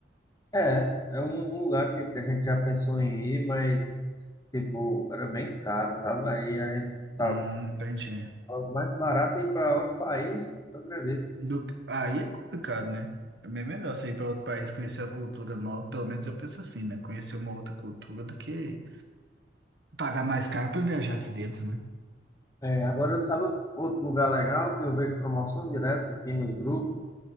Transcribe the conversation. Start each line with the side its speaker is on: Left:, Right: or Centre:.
Left: É, é um um lugar que a gente já pensou em ir, mas tipo, era bem caro, sabe? Aí a gente tava
Right: Hum, entendi.
Left: mais barato ir para outro país, pô, tu acredita?
Right: Do... que- Aí é complicado, né? É bem melhor você ir para outro país conhecer a cultura nova, pelo menos eu penso assim, né? Conhecer uma outra cultura do que pagar mais caro para viajar aqui dentro, né?
Left: É, agora eu sabe outro lugar legal que eu vejo promoção direto aqui nos grupos,